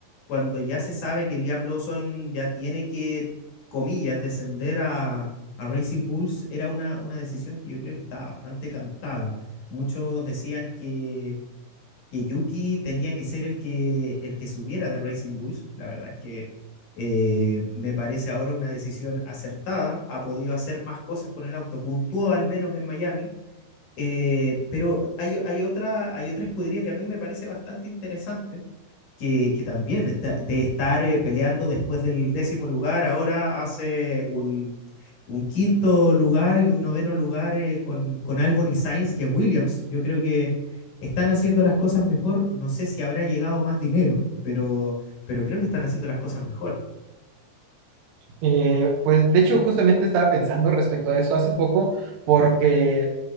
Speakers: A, on the left; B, on the right.
A: cuando ya se sabe que Liam Lawson ya tiene que, comillas, descender a, a Racing Bulls, era una, una decisión que yo creo que estaba bastante cantada muchos decían que, que Yuki tenía que ser el que, el que subiera de Racing Bulls. La verdad es que eh, me parece ahora una decisión acertada. Ha podido hacer más cosas con el auto, puntuó al menos en Miami. Eh, pero hay, hay, otra, hay otra escudería que a mí me parece bastante interesante, que, que también está, de estar eh, peleando después del décimo lugar, ahora hace un, un quinto lugar y un noveno lugar eh, con, con Albon y Sainz, que es Williams. Yo creo que están haciendo las cosas mejor. No sé si habrá llegado más dinero, pero, pero creo que están haciendo las cosas mejor.
B: Eh, pues de hecho justamente estaba pensando respecto a eso hace poco porque